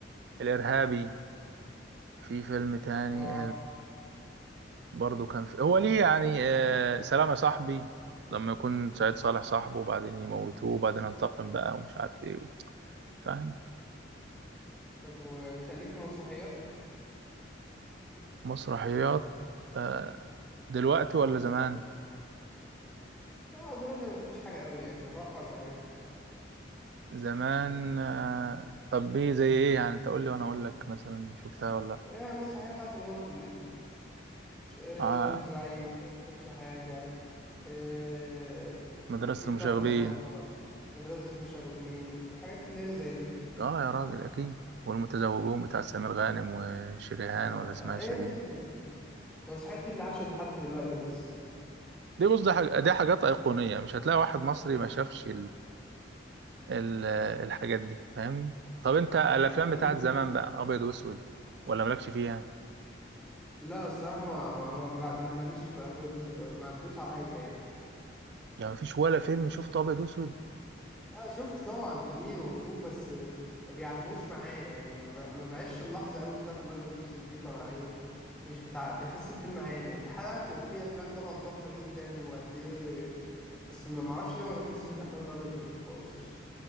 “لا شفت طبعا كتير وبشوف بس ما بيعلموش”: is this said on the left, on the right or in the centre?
Centre